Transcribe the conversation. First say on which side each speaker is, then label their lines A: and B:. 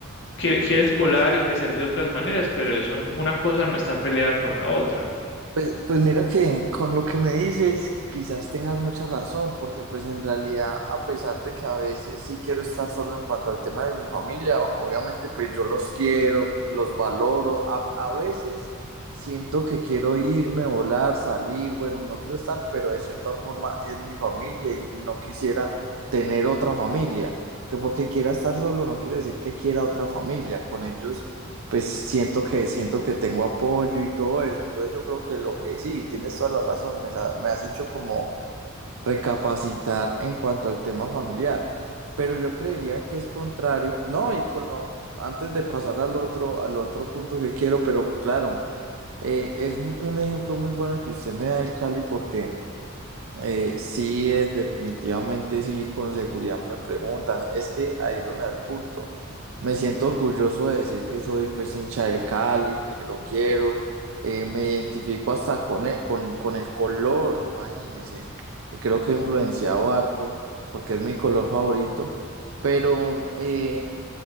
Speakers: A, on the left; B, on the right.
A: que quieres volar y crecer de otras maneras, pero eso, n- una cosa no está peleada con la otra.
B: Pues, pues mira que con lo que me dices, quizás tengas mucha razón, porque pues en realidad, a pesar de que a veces sí quiero estar solo en cuanto al tema de mi familia, obviamente pues yo los quiero, los valoro, a, a veces siento que quiero irme, volar, salir, bueno, no quiero estar, pero de cierta forma es mi familia y no quisiera tener otra familia, que porque quiera estar solo no quiere decir que quiera otra familia, con ellos pues siento que siento que tengo apoyo y todo eso. Entonces yo creo que lo que sí, tienes toda la razón, me, sa- me has hecho como recapacitar en cuanto al tema familiar, pero yo creería que es contrario. No, y con lo, antes de pasar al otro, al otro punto que quiero, pero claro, eh, es un, un ejemplo muy bueno que usted me da del Cali porque eh, sí, eh, definitivamente sí, con seguridad me preguntan. Es que ahí es donde da el punto. Me siento orgulloso de decir que soy pues hincha del Cali, que lo quiero. Eh, me identifico hasta con e- con, con el color, imagínense. Y creo que he influenciado harto porque es mi color favorito. Pero eh,